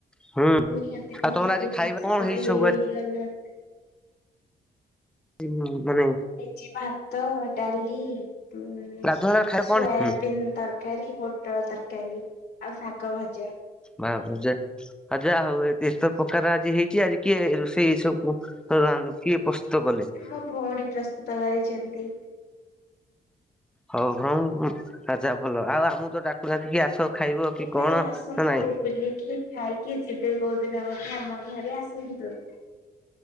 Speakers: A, in the centre; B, on the left.
A: ହୁଁ
B: ନିହାତି ନିହାତି
A: ଆଉ ତମର ଆଜି ଖାଇବା କଣ
B: ଗୋଟେ
A: ହେଇଛି ସବୁ
B: ଇରା
A: ଆଜି?
B: <unintelligible>
A: ଉଁ ମାନେ
B: ଜି ଭାତ ଡ଼ାଲି ଉଁ
A: ଗାଧୁଆଳ
B: ସୋୟାବିିନ
A: ଖାଇବା କଣ ହୁଁ
B: ତର ତରକାରୀ ପୋଟଳ ତରକାରୀ ଆଉ ଶାଗ ଭଜା।
A: ମା ପୂଜା ଆଁ ଯାହଉ ଏ ଏତ ପ୍ରକାର ଆଜି ହେଇଚି ଆଜି କିଏ ରୋଷେଇ ସବୁ ତ ରାନୁ କିଏ ପ୍ରସ୍ତୁତ କଲେ?
B: ମୋ ଭଉଣୀ ପ୍ରସ୍ତୁତ କରିଛନ୍ତି।
A: ହଉ ହଁ ଆ ଆଛା ଭଲ ଆଉ ଆମକୁତ ଡାକୁନାହାନ୍ତି କି ଆସ ଖାଇବ କି
B: ଭାଇ ଭାଇ
A: କଣ
B: ଆସନ୍ତୁ
A: ନା ନାଇଁ
B: ବୁଲିକି ଖାଇକି ଯିବେ କୋଉ ଦିନ ମଧ୍ୟ ଆମ ଘରେ ଆସନ୍ତୁ।